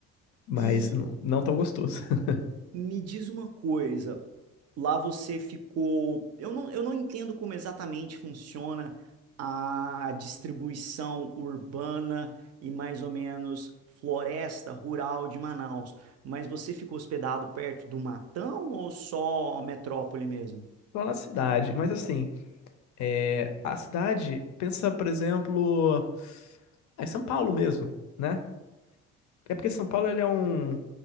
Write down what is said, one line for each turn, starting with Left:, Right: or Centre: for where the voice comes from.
Left: Mas
Right: E
Left: não não tão gostoso. <laughs>
Right: me diz uma coisa, Lá você ficou. Eu não, eu não entendo como exatamente funciona a distribuição urbana e mais ou menos floresta rural de Manaus, mas você ficou hospedado perto do Matão ou só metrópole mesmo?
Left: Só na cidade. Mas assim, é, a cidade, pensa, por exemplo. É São Paulo mesmo, né? É porque São Paulo ele é um,